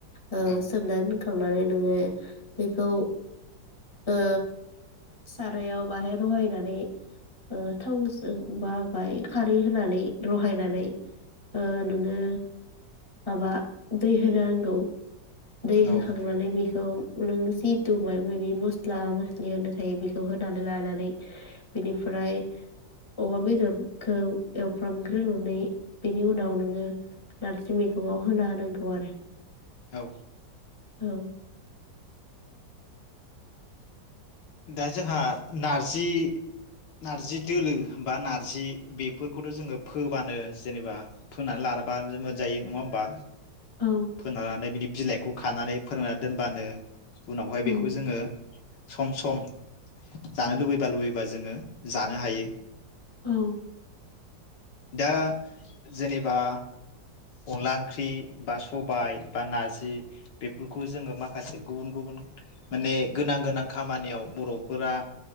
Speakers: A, on the left; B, on the left.
A: ओ
B: औ
A: सोमना दोनखांनानै नोङो बेखौ ओ सारायाव बाहेर रहायनानै ओ थावजों बा बाय खारै होनानै रहायनानै ओ नोङो माबा दै होनांगौ। दै
B: औ
A: होखांनानै बेखौ नों जिथु मायबा माबि मस्ला मस्लि होनो थायो बेखौ होनानै लानानै बेनिफ्राय अमा बेदरखौ एवफ्रामग्रोनानै बेनि उनाव नोङो नारजि मैगंआव होना होनांगौ आरो
B: औ
A: औ
B: दा जोंहा नारजि नारजि दोलो बा नार्जि बेफोरखौथ' जोङो फोबानो जेनेबा फोनानै लाबानो मोनजायो नङा होमबा?
A: औ
B: फोना लानानै बिनि बिलाइखौ खानानै फोराना दोनबानो उनावहाय
A: औ
B: बिख' ङो सम सम जानो लुबैबा लुबैबा जोङो जानो हायो।
A: औ
B: दा जेनेबा अनला ओंख्रि बा सबाय बा नारजि बेफोरखौ जोङो माखासे गुबुन गुबुन माने गोनां गोनां खामानियाव बर'फोरा